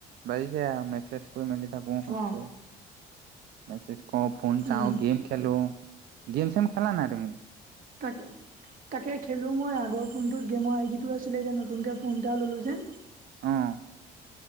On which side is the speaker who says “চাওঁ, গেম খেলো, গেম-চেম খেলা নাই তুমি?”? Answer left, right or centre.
Right